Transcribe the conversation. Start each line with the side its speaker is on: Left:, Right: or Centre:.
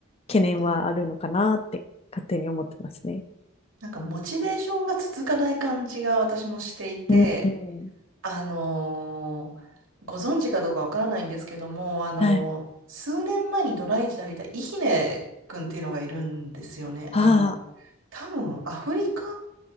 Left: 懸念はあるのかなって勝手に思ってますね。
Right: うんなんか、モチベーションが続かない感じが私もしていて、
Left: うん。
Right: あのーご存知かどうかわからないんですけども、あのー数年前にドライチで履いたイヒネ君っていうのがいるんですよね。
Left: はい。ああ。
Right: あの、多分、アフリカ